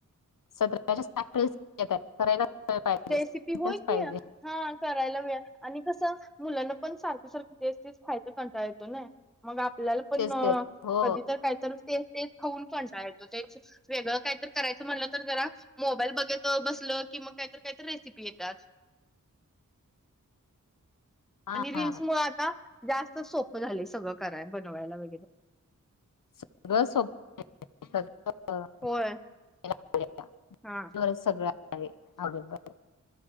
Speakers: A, on the left; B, in the centre.
A: सतराच्याठ येतात करायला पाहिजेच
B: रेसिपी होय
A: पाहिजे
B: की हा करायला वेळ आणि कसं मुलांना पण सारखं सारखं तेच तेच खायचा कंटाळ येतो नाई मग आपल्याला पण
A: तेच तेच हो
B: कधी तर काहीतर तेच तेच खाऊन कंटाळा येतो तेच वेगळं काहीतर करायचं म्हटलं तर जरा मोबाईल बघत बसलं कि मग काहीतर काहीतर रेसिपी येतात
A: हा
B: आणि रिल्समुळ
A: हा.
B: आता जास्तच सोपं झालय सगळं कराय बनवायला वगैरे
A: सगळं सोप <inaudible>
B: होय
A: <unintelligible>
B: हा
A: सगळ आहे <unintelligible>